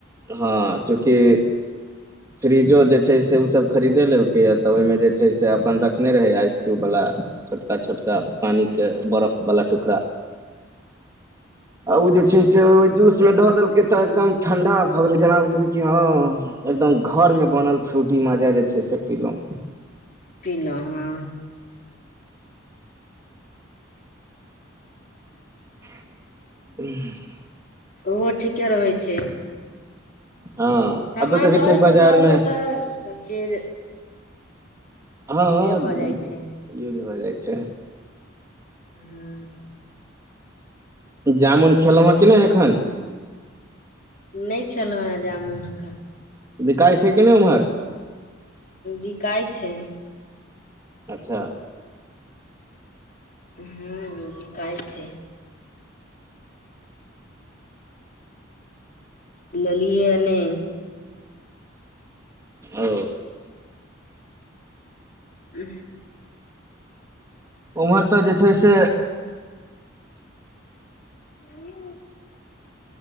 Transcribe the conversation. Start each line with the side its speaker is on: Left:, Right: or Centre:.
Right: हँ चूँकि।
Left: ह।
Right: फ्रिजो जे छै से ओसभ खरीदे लेकै य तऽ ओहिमे जे छै से अपन रखने रहै आइसक्यूब वाला छोटका छोटका पानिकऽ के बरफवाला टुकड़ा
Left: ह।
Right: ओ जे छै से ओ जूस मे धऽ देलक के तऽ एकदम ठंडा भऽ गेलै जेना ह एकदम घरमे बनल फ्रूटी माँजा जे छै से पिलहुँ।
Left: पिलौ ह
Right: ह।
Left: ओहो ठीके रहै छै।
Right: हँ आब
Left: सामान
Right: तऽ देखै
Left: रहै
Right: छियै
Left: छै,
Right: बाजारमे
Left: घर मे तऽ सभचीज
Right: हँ, हँ
Left: भऽ जाइ छै
Right: यै भज छै
Left: ह।
Right: जामुन खेलहूँ कि नहि एखन
Left: नहि खेलहुँ हन जामुन एखन
Right: तऽ बिकाइ छै, कि नहि ओम्हर?
Left: बिकाइ छै।
Right: अच्छा।
Left: ह्म बिकाइ छै लेलियै नहि
Right: ओ।
Left: उ।
Right: ओम्हर तऽ जे छै सँ
Left: हू।